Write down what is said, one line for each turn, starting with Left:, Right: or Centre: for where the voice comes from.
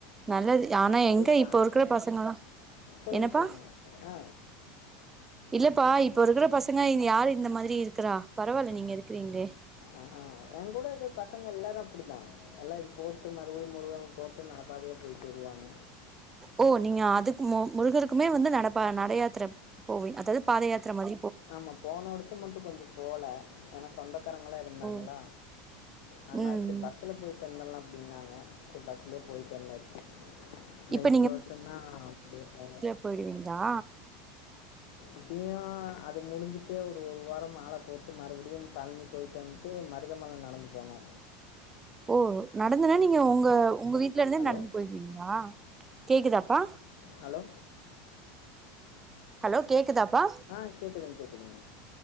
Right: நல்லது ஆனா எங்க
Left: போய் பார்க்கங்க
Right: இப்ப இருக்குற பசங்களா
Left: சொல்லுங்க
Right: என்னப்பா
Left: சொல்லுங்க ஆ
Right: இல்லப்பா இப்ப இருக்குற பசங்க இது யாரு இந்த மாரி இருக்குறா பரவால்ல நீங்க இருக்குறீங்களே
Left: அஹா எங்கூட இருக்குற பசங்க எல்லாரு அப்டிதா எல்லா இது போட்டு மறுபடியு முருகனுக் போட்டு நடப்பாதயா போயிட்டு வருவாங்க
Right: ஓ நீங்க அதுக்கு முருகருக்குமே வந்து நடப்பா நடயாத்ர அதாது பாதயாத்ர மாதி
Left: ஆமா போன வருஷோ மட்டு கொஞ்சோ போல ஏன்னா சொந்தக்காரங்களா இருந்தாங்களா
Right: ஓ
Left: அதனால
Right: ம்
Left: செரி பஸ்ல போயிட்டு வந்துர்லா அப்டின்னாங்க செரி பஸ்லயே போயிட்டு வந்தாச்சி இன்னோ
Right: இப்ப
Left: இந்த வருஷந்தா அப்டியே போனு
Right: போய்டுவீங்களா
Left: இப்பயு அது முடிஞ்சுட்டு ஒரு ஒரு வாரம் மாலை போட்டு மறுபடியு பழனி போய்ட்டு வண்ட்டு மருதமலை நடந்து போனோ
Right: ஓ நடந்துனா நீங்க ஒங்க ஒங்க வீட்ல இருந்தே
Left: ஹலோ
Right: நடந்து போயிடுவீங்களா கேக்குதாப்பா
Left: ஹலோ
Right: ஹலோ கேக்குதாப்பா
Left: ஆ கேக்குதுங்க கேக்குதுங்க